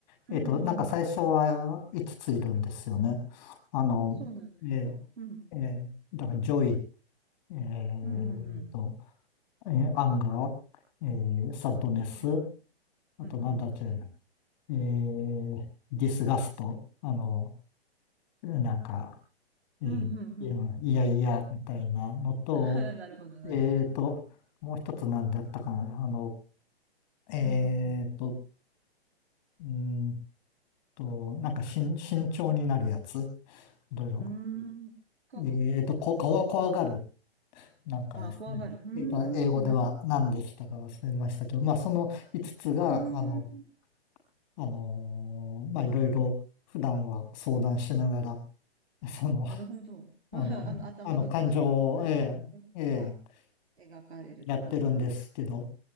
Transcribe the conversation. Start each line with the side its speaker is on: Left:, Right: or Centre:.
Left: えっと、
Right: うん、
Left: なんか最初は5つついるんですよね。
Right: う
Left: あの、
Right: ん。あ、そうなんですか。
Left: え
Right: うん、
Left: ええーだから、ジョイ、えっと、
Right: うん、うん、うん、
Left: えーアンガー、えーサッドネス、
Right: うん、
Left: あとなんだっけ、
Right: うん、うん、
Left: えーディスガスト、あの、なんか、えーいやいやいやみたいなのと、
Right: うん、うん。うん <laughs> なるほど、なるほど。
Left: えーと、もう一つなんだったかな、あの、えーと、
Right: うん
Left: うーんと、なんか慎慎重になるやつ、いろいろ。
Right: うーん。か、
Left: えーと、
Right: こ、
Left: こ、
Right: ごし、
Left: こわ、怖がる、なんかですね。
Right: あ、怖がる。うーん、
Left: えーと、英語では何でしたか忘れましたけど、
Right: なるほど。
Left: まあ、その5つつが、
Right: うーん、
Left: あの、あのーまあ、いろいろ普段は相談しながら、<laughs> その、
Right: なるほど。<laughs>
Left: あの、
Right: まあ、あの、頭の中で相談している様子が
Left: あの感情を、ええ、ええ、
Right: 描かれるって感じなんです。
Left: やってるんですけど、